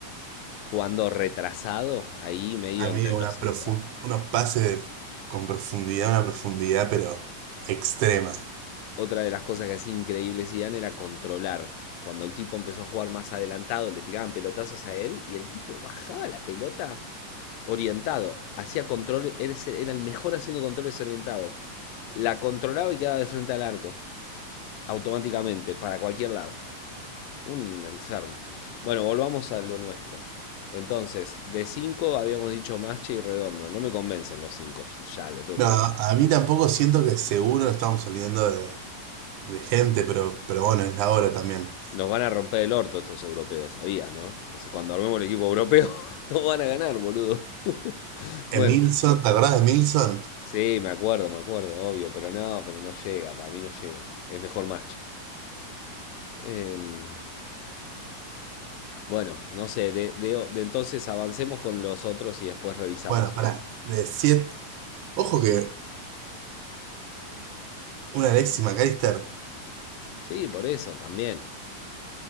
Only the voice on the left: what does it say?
jugando retrasado, ahí medio
entre los
centrales.
Otra de las cosas que hacía increíble Zidane era controlar. Cuando el tipo empezó a jugar más adelantado, le tiraban pelotazos a él y el tipo bajaba la pelota orientado, hacía controles, era era el mejor haciendo controles orientados. La controlaba y quedaba de frente al arco, automáticamente, para cualquier lado. Un enfermo. Bueno, volvamos a lo nuestro. Entonces, de 5 habíamos dicho Masche y Redondo. No me convencen los cinco ya lo tengo
que decir.
Nos van a romper el orto estos europeos, sabías, ¿no? O sea, cuando armemos el equipo europeo, <laughs> no van a ganar, boludo. <laughs>
Bueno,
sí, me acuerdo, me acuerdo, obvio, pero no, pero no llega, para mí no llega. Es mejor Masche. Em, bueno, no sé, de, de- de entonces avancemos con los otros y después revisamos
eso.
Sí, por eso también.